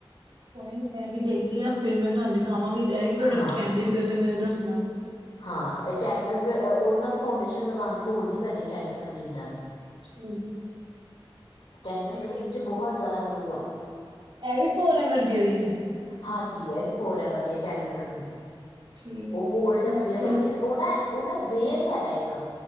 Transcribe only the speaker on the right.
ਕੋਈ ਨੀ ਮੈਂ ਵੀ ਦੇਖਦੀ ਹਾਂ ਫੇਰ ਮੈਂ ਤੁਹਾਨੂੰ ਦਿਖਾਵਾਂਗੀ ਤੇ ਐਹੀ ਪ੍ਰੋਡਕਟ
ਕੈੰਦੇ ਪਏ ਹੋ ਤੇ ਮੈਨੂੰ ਦੱਸਣਾ ਤੁਸੀਂ।
ਠੀਕ ਹੈ।
ਨਹੀਂ
ਐ ਵੀ ਫੋਰ-ਐਵਰ ਦੀ ਉ ਈ ਏ?
ਠੀਕ
ਹੈ
ਮੈਂ
ਚਲੋ